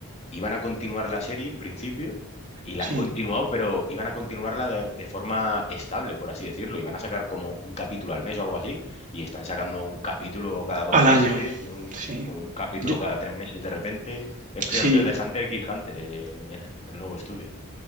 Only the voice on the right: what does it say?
Sí,
al
año.
Sí.
Yo-
sí,